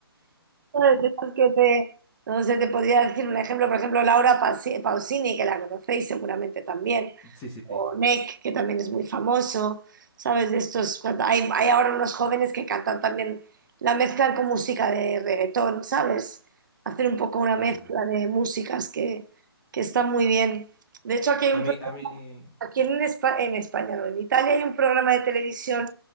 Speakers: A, on the right; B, on the left.
A: Ay, cosas que te- no sé, te podría decir un ejemplo, por ejemplo, Laura Pasi- Pausini, que la conocéis seguramente también,
B: Sí, sí,
A: o
B: sí.
A: Nek, que también es muy famoso, ¿sabes? De estos, hay, hay ahora unos jóvenes que cantan también, la mezclan con música de reggaetón, ¿sabes? Hacen un poco una
B: Sí,
A: mezcla
B: sí.
A: de músicas que, que está muy bien. De hecho, aquí hay
B: A
A: un
B: mí, a mí,
A: Aquí en, Espa- en España, no, en Italia hay un programa de televisión